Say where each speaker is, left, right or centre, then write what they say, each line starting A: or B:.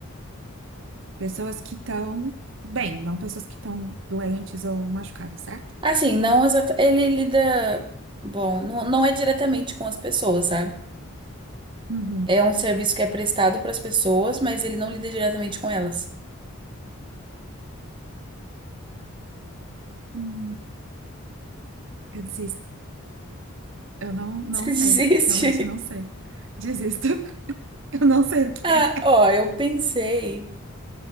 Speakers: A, on the right; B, on the right.
A: Pessoas que estão bem, não pessoas que estão doentes ou machucadas, certo?
B: Assim, não exata, ele lida, bom, não, não é diretamente com as pessoas, sabe?
A: Uhum.
B: É um serviço que é prestado para as pessoas, mas ele não lida diretamente com elas.
A: Hum, eu desisto. Eu não, não
B: <laughs> Isso
A: sei.
B: existe?
A: Realmente não sei. Desisto. <laughs> Eu não sei o que
B: Ah,
A: é.
B: ó, eu pensei.